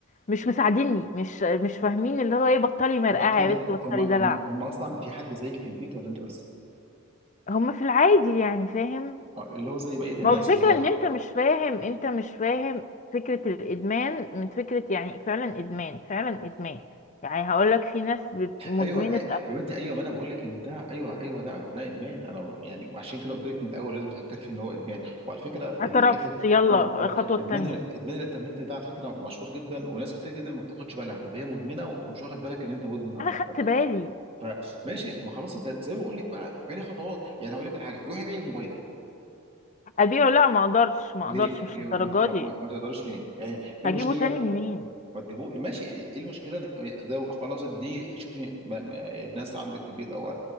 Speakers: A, on the left; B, on the right.
A: مش مساعديني مش مش فاهمين اللي هو ايه بطلي مرقعه
B: هم ثاني
A: يا بنت بطلي
B: هم هم
A: دلع
B: هم اصلا في حد زيك في البيت ولا انت بس
A: هما في العادي يعني فاهم
B: اه اللي هو زي بقيه الناس
A: ما هو الفكره
B: اللي هو
A: ان انت مش فاهم انت مش فاهم فكره الادمان من فكره يعني فعلا ادمان فعلا ادمان يعني هقول لك في ناس بت- مدمنه
B: ايوه أي- يا بنتي ايوه ما انا بقول لك ان ده ايوه ايوه ده ده ادمان انا يعني عشان كده قلت لك من الاول لازم تعترفي ان هو ادمان وعلى فكره
A: اعترفت
B: الحته
A: يلا
B: اه اه
A: الخطوه التانية
B: ادمان ال- ادمان الانترنت ده على فكره مشهور جدا وناس كتير جدا ما بتاخدش بالها بتبقى هي مدمنه وانت مش واخد بالك ان انت مدمن على
A: انا
B: الانترنت
A: خدت بالي
B: فماشي ما خلاص انت زي ما بقول لك بقى اعملي خطوات يعني هقول لك على حاجه روحي بيعي موبايلك
A: ابيعه لا ما اقدرش ما
B: ليه؟
A: اقدرش مش
B: ليه
A: الدرجه
B: ما, ت- ما, ما
A: دي
B: ما تقدرش ليه؟ يعني ايه المشكله
A: هجيبه تاني منين
B: ما تجيبوه ماشي ايه المشكله ده خلاص دي شوفي ما ما الناس عندك في البيت او